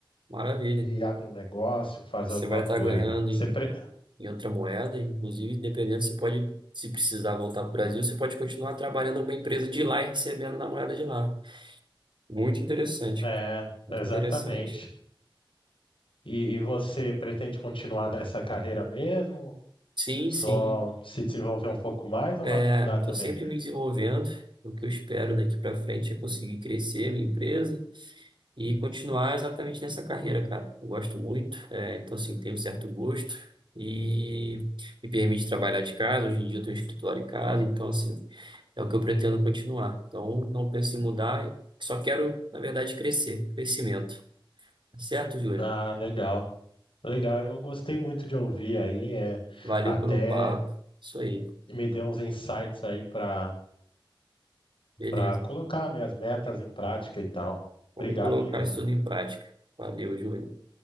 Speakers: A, on the right (about 65°); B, on the left (about 80°).
A: maravilha.
B: e abre um negócio, faz
A: Você
B: alguma
A: vai estar
B: coisa.
A: ganhando
B: Você
A: em
B: pre-
A: em outra moeda. Inclusive, dependendo, você pode, se precisar voltar para o Brasil, você pode continuar trabalhando em uma empresa de lá e recebendo na moeda de lá. Muito interessante,
B: É,
A: muito
B: exatamente.
A: interessante.
B: E, e você pretende continuar nessa carreira mesmo?
A: Sim,
B: Só
A: sim.
B: se desenvolver um pouco mais ou
A: É,
B: vai mudar
A: estou
B: também?
A: sempre me desenvolvendo. O que eu espero daqui para frente é conseguir crescer minha empresa e continuar exatamente nessa carreira, cara. Eu gosto muito, é, então assim, tenho um certo gosto e me permite trabalhar de casa. Hoje em dia eu tenho um escritório em casa, então assim, é o que eu pretendo continuar. Então, não penso em mudar, só quero, na verdade, crescer, crescimento. Tá Certo, Júlia?
B: Ah, legal. Legal, eu gostei muito de ouvir aí, é,
A: Valeu
B: até
A: pelo papo. Isso aí,
B: me deu uns insights aí para
A: beleza.
B: para colocar minhas metas em prática e tal.
A: Vamos
B: Obrigado,
A: colocar
B: hein, Vitor.
A: isso tudo em prática. Valeu, Júlia.